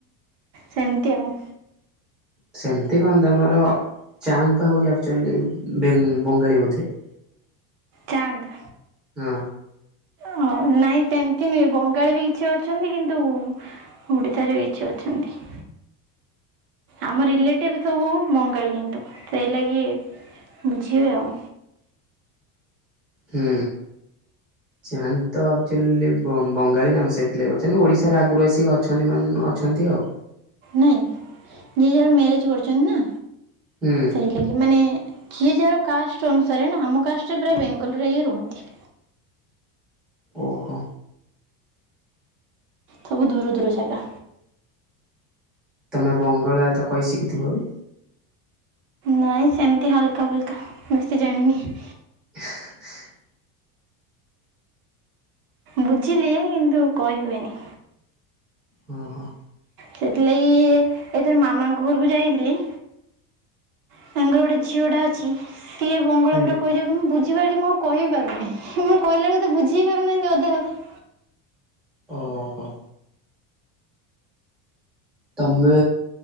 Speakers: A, on the right; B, in the centre.
A: ସେମିତି ଆଉ
B: ସେମିତି କଣ? ତମର ଚାନ୍ଦ ଟା ହଉଛି ଆକୁଚୁଆଲି ବେଙ୍ଗ ବଙ୍ଗାଳୀ ବୋଧେ <inaudible>
A: ଚାନ୍ଦ୍
B: ହଁ
A: ହଁ ନାଇଁ ତେମତି ନୁହେଁ ବଙ୍ଗାଳୀ ବି କିଛି ଅଛନ୍ତି କିନ୍ତୁ ଓଡ଼ିଆଶାରେ କିଛି ଅଛନ୍ତି। ଆମ ରିଲେଟିଭ ସବୁ ବଙ୍ଗାଳୀ କିନ୍ତୁ ସେଇ ଲାଗି ବୁଝି ହୁଏ ଆଉ
B: ହୁଁ ଚାନ୍ଦ୍ ତ ଆକ୍ଚୁଆଲି ବଙ୍ଗାଳୀ ନା ମୁଁ ସେଥିଲାଗି ପଚାରିଲି, ଓଡ଼ିଶାରେ ଆଗରୁ ଆସିକି ଅଛନ୍ତି ମାନେ ଅଛନ୍ତି ଆଉ
A: ନାଇଁ ଦି ଜଣ ମ୍ୟାରେଜ୍ କରିଛନ୍ତି ନା।
B: ହୁଁ
A: ସେଇଥି ଲାଗି ମାନେ କିଏ ଯାହାର କାଷ୍ଟ ଅନୁସାରେ ନା ଆମ କାଷ୍ଟରେ ପୁରା ବେଙ୍ଗଲରେ ହିଁ ରୁହନ୍ତି।
B: ଓହୋ
A: ସବୁ ଦୂର ଦୂର ଜାଗା।
B: ତମେ ବଙ୍ଗଳା ତ କହି ଶିଖିଥିବ ବି?
A: ନାଇଁ ସେମିତି ହାଲକା ଫୁଲକା ବେଶୀ ଜାଣିନି।
B: <inaudible>
A: ବୁଝିଲି କିନ୍ତୁ କହିହୁଏନି।
B: ହଁ ହଁ।
A: ସେଥିଲାଗି ଏଇଥର ମାମାଙ୍କ ଘରକୁ ଯାଇଥିଲି ତାଙ୍କର ଗୋଟେ ଝିଅ ଟା ଅଛି ସିଏ ବଙ୍ଗଳାପୁରା
B: ହୁଁ।
A: କହିଯାଉଛନ୍ତି ବୁଝ ବୁଝି ପାରୁଛି ମୁଁ ଆଉ କହିପାରୁନାି ମୁଁ କହିଲା ବେଳକୁ ସତେ ବୁଝିପାରୁନାହାଁନ୍ତି ଅଧା କଥା।
B: ଓହୋ ତମେ